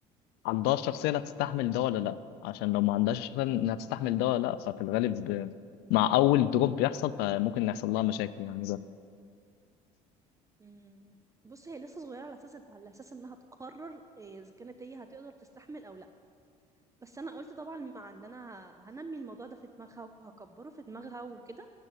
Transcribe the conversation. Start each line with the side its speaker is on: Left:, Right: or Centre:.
Left: عندها الشخصيه اللي هتستحمل ده ولا لا عشان لو ما عندهاش الشخصيه انها تستحمل ده ولا لا ففي الغالب أه، مع اول دروب بيحصل فممكن يحصل لها مشاكل يعني ده
Right: مم. بص هي لسه صغيرة على اساس على اساس انها تقرر إيه، اذا كانت هي هتقدر تستحمل او لا بس انا قلت طبعا مع ان انا ه- هنمي الموضوع ده في دماغها وهكبره في دماغها وكده